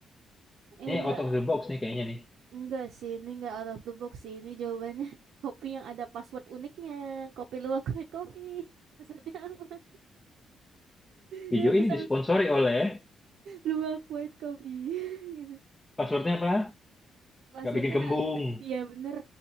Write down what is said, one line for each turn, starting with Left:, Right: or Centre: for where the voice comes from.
Right: Iya,
Left: Ini out of the box nih kayaknya nih.
Right: enggak sih, ini enggak out of the box sih. Ini jawabannya <laughs> kopi yang ada password uniknya. Kopi luwak white kopi. Passwordnya apa? <laughs>
Left: Video
Right: Dia
Left: ini
Right: bisa
Left: disponsori oleh
Right: luwak white coffee <laughs> gitu.
Left: passwordnya apa?
Right: Passwordnya,
Left: Gak bikin kembung.
Right: iya bener.